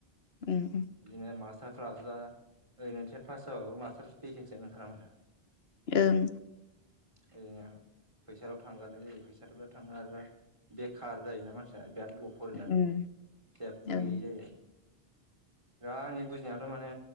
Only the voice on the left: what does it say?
ओम
ओं
उम
ओं